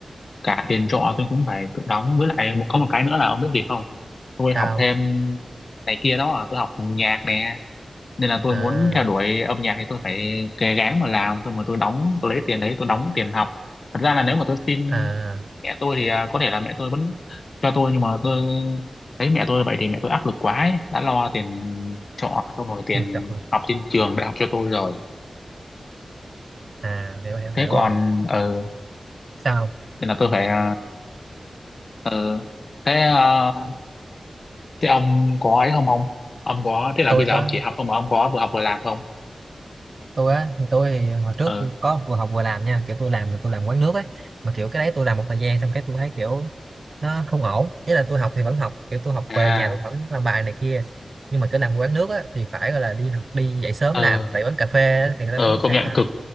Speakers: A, on the left; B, on the right.
A: cả tiền trọ tôi cũng phải tự đóng với lại một có một cái nữa là ông biết gì không tôi
B: sao
A: học thêm này kia đó à, tôi học nhạc nè nên là tôi
B: à
A: muốn theo đuổi âm nhạc thì tôi phải cố gắng mà làm tôi mà tôi đóng tôi lấy tiền đấy tôi đóng tiền học thật ra là nếu mà tôi xin
B: à
A: mẹ tôi thì à, có thể là mẹ tôi vẫn cho tôi nhưng mà tôi thấy mẹ tôi vậy thì mẹ tôi áp lực quá ấy. đã lo tiền trọ có rồi tiền
B: mình chọn
A: học trên trường đại học cho tôi rồi
B: à hiểu hiểu
A: thế
B: hiểu
A: còn
B: rồi
A: ờ
B: sao
A: nên là tôi phải ờ, ờ, thế à, thế ông có ấy không ông ông có thế là
B: tôi
A: bây giờ
B: có
A: ông chỉ học không mà ông có vừa học vừa làm không
B: tôi á tôi thì hồi trước
A: ờ
B: tôi có vừa học vừa làm nha kiểu tôi làm là tôi làm quán nước ấy mà kiểu cái đấy tôi làm một thời gian xong cái tôi thấy kiểu nó không ổn ý là tôi học thì vẫn học kiểu tôi học
A: à
B: về nhà tôi vẫn làm bài này kia nhưng mà cứ làm quán nước á thì phải gọi là đi học đi dậy sớm
A: ờ
B: làm tại quán cà phê á, thì người ta
A: ờ
B: bán buổi
A: công
B: sáng
A: nhận
B: mà
A: cực